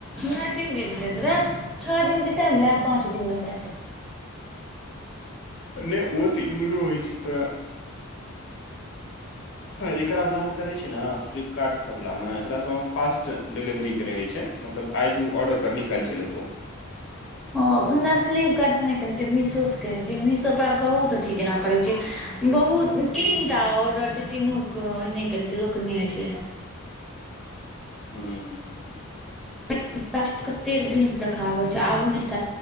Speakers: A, in the centre; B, on the left.
A: नै तीन दिन में नै दै रहे, छ दिन के टाइम लै पाँच दिन मे दै दय।
B: नै ओ तऽ इम्हरो होइ छै तोरा। हां एकरा वलामे करै छी नै फ्लिपकार्ट सब वलामे एकरा सबमे फास्ट डिलेवरी के रहै छै। मतलब आइ जे उ ऑर्डर करलीह काएल चैल एतौ।
A: हां नै फ्लिपकार्ट से नै केने छीयै, मिशो से केने छीयै, मिशो कपड़ा बहुत अथी जेना करे छै, बहुत तीनटा ऑर्डर छै तीनू के ओहने कने छै, रोकने छै।
B: हूं।
A: एकटा के कतेक दिन
B: छो
A: से देखाबै छै आबो नै <unintelligible>